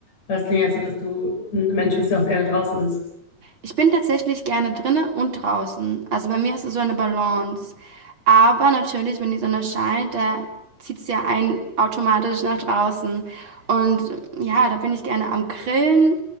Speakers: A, on the left; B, on the right.
A: weil es klingt ja so, dass du ein Mensch bist, der auch gerne draußen ist?
B: Ich bin tatsächlich gerne drinnen und draußen. Also bei mir ist es so eine Balance. Aber natürlich, wenn die Sonne scheint, da zieht es ja einen automatisch nach draußen. Und ja, da bin ich gerne am Grillen,